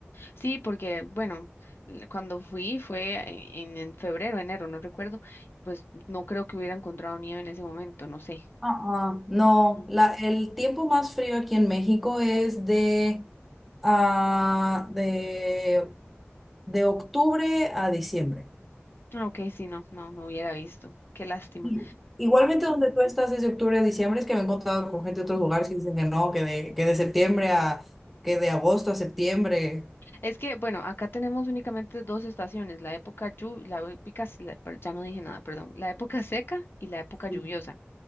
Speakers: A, on the left; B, in the centre.
A: Sí, porque, bueno, l- cuando fui fue e- en, en febrero, enero, no recuerdo, pues no creo que hubiera encontrado nieve en ese momento, no sé.
B: Ah, ah, no,
A: Mm.
B: la, el tiempo más frío aquí en México es de, ah, de, de octubre a diciembre.
A: Ah, ok, sí, no, no, no hubiera visto. Qué lástima.
B: Y- Igualmente donde tú estás es de octubre a diciembre, es que me he encontrado con gente de otros lugares que dicen que no, que de, que de septiembre a, que de agosto a septiembre.
A: Es que, bueno, acá tenemos únicamente dos estaciones, la época llu- la época, s- la- per- ya no dije nada, perdón, la época seca y la época
B: Sí.
A: lluviosa.